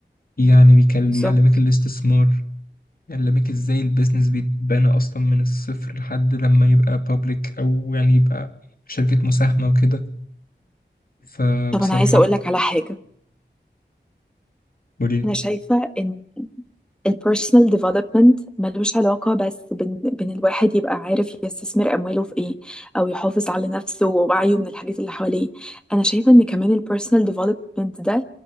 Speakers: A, on the left; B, in the centre.
A: يعني بيكل-
B: بالظبط
A: بيعلمك الاستثمار يعلمك ازاي البيزنس بيتبنى اصلا من الصفر لحد لما يبقى بابليك او يعني يبقى شركة مساهمة وكده فبصراحة
B: طب انا عايزة اقول
A: ال-
B: لك على حاجة
A: وليه
B: انا شايفة ان البيرسونال ديفلوبمنت ملوش علاقة بس بين بين الواحد يبقى عارف يستثمر أمواله في إيه أو يحافظ على نفسه ووعيه من الحاجات اللي حواليه أنا شايفة إن كمان البيرسونال ديفلوبمنت ده